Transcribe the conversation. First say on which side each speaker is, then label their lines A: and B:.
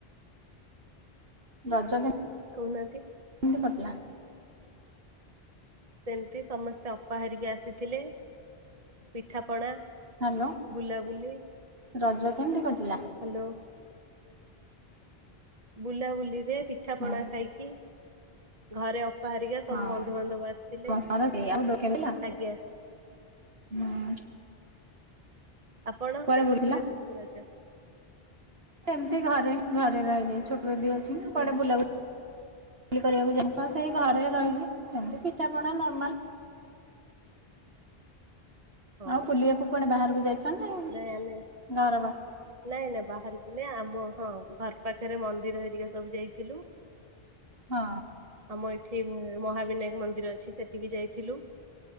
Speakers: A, on the right (about 70°); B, on the right (about 35°).
A: ରଜ ରେ
B: କହୁନାହାନ୍ତି।
A: <unintelligible>
B: ସେମିତି ସମସ୍ତେ ଅପା ହାରିକା ଆସିଥିଲେ। ପିଠାପଣା
A: ହ୍ୟାଲୋ
B: ବୁଲାବୁଲି।
A: ରଜ କେମିତି କଟିଲା?
B: ହାଲୋ। ବୁଲାବୁଲିରେ ପିଠା
A: ହଁ
B: ପଣା ଖାଇକି ଘରେ ଅପା ହେରିକା ସବୁ
A: ହଁ
B: ବନ୍ଧୁବାନ୍ଧବ ଆସିଥିଲେ
A: ସମସ୍ତଙ୍କର ସେଇ ଆଉ ଦୋଳି ଖେଳିଲ?
B: ଆଜ୍ଞା।
A: ହୁଁ।
B: ଆପଣ
A: କୁଆଡେ
B: କେମିତି
A: ବୁଲିଥିଲ?
B: କାଟିଲେ ରଜ?
A: ସେମିତି ଘରେ ଘରେ ରହି ରହି ଛୋଟ ବେବି ଅଛି ନା
B: ବୁଲ
A: କୁଆଡେ ବୁଲାବୁଲି ବୁଲି କରିବାକୁ ଯାଉ ସେଇ ଘରେ ରହିକି ସେମିତି ପିଠାପଣା ନର୍ମାଲ
B: ହଁ
A: ଆଉ ବୁଲିବାକୁ କୁଆଡେ ବାହାରକୁ ଯାଇଛ ନା
B: ନାଇଁ ଆମେ
A: ଘର ପାଖ
B: ନାଇଁ ନାଇଁ ବାହାରକୁ ନେଇ ଆମ ହଁ ଘର ପାଖରେ ମନ୍ଦିର ହେରିକା ସବୁ ଯାଇଥିଲୁ।
A: ହଁ।
B: ଆମ ଏଠି ମହାବିନାୟକ ମନ୍ଦିର ଅଛି ସେଠିକି ଯାଇ ଥିଲୁ